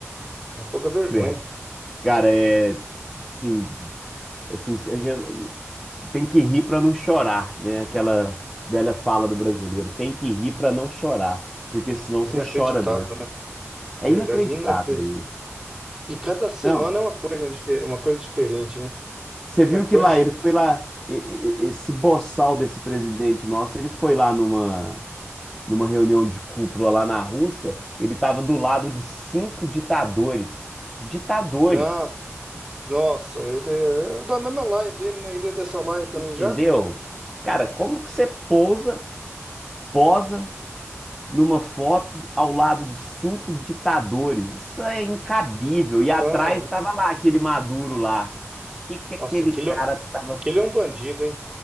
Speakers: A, on the right (about 15°); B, in the centre.
A: É uma pouca
B: <laughs>
A: vergonha.
B: Credo. Cara, é. Sim, Assim, a gente tem que rir para não chorar, né? Aquela velha fala do brasileiro, tem que rir para não chorar, porque senão
A: Inacreditável,
B: você chora mesmo.
A: né?
B: É
A: Verdade,
B: inacreditável
A: inacreditável.
B: isso.
A: E cada semana
B: Não,
A: é uma coisa, dife- uma coisa diferente, né?
B: você
A: Cada
B: viu
A: coisa.
B: que lá ele foi lá, e- e- esse boçal desse presidente nosso, ele foi lá numa numa reunião de cúpula lá na Rússia, ele estava do lado de cinco ditadores, ditadores,
A: Não, Nossa, ele é é da mesma laia dele, né? Ele é dessa laia também
B: entendeu?
A: já, né?
B: Cara, como que você pousa, posa numa foto ao lado de cinco ditadores. Isso é incabível. E
A: Não,
B: atrás estava lá aquele Maduro lá. O que que aquele
A: nossa, aquele,
B: cara
A: é- um,
B: tava?
A: aquele é um bandido, hein?